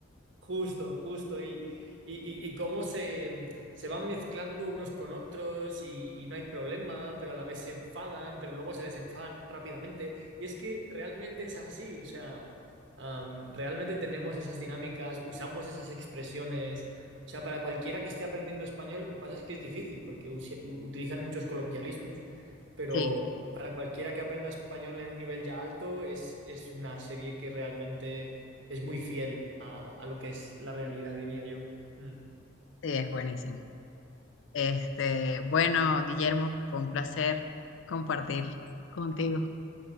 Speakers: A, on the right (about 65°); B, on the left (about 70°).
A: Justo, justo. Y, y, y- y cómo se, se van mezclando unos con otros y, y no hay problema, pero a la vez se enfadan, pero luego se desenfadan rápidamente. Y es que realmente es así, o sea, am, realmente tenemos esas dinámicas, usamos esas expresiones. O sea, para cualquiera que esté aprendiendo español, lo que pasa es que es difícil porque usi- u- utilizan muchos coloquialismos, pero
B: Sí,
A: para cualquiera que aprenda español en un nivel ya alto, es, es una serie que realmente es muy fiel a, a lo que es la realidad, diría yo. Mm.
B: sí, es buenísimo. Este, bueno, Guillermo, fue un placer compartir contigo.